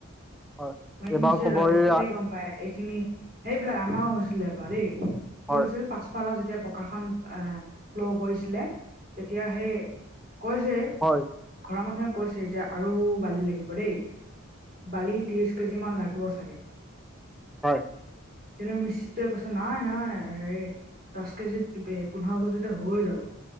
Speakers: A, in the centre; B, on the right.
A: হয়
B: মেন
A: এইবাৰ
B: মিস্ত্ৰীয়ে
A: কব
B: দে-দেখিলে
A: এই
B: গম পাই এইখিনি, সেইবিলাক আমাৰও হৈছিলে এবাৰ দেই, কি
A: হয়
B: হৈছিল পাছফালৰ যেতিয়া পকাখন আহ ফ্ল' কৰিছিলে, তেতিয়া সেই কৈছে,
A: হয়
B: ঘৰৰ মানুহে কৈছে যে আৰু বালি লাগিব দেই। বালি ত্ৰিশ কেজি মান লাগিব চাগে।
A: হয়
B: কিন্তু মিস্ত্ৰী টোৱে কৈছে নাই নাই হেৰি দহ কেজিত, পোন্ধৰ কেজিতে হৈ যাব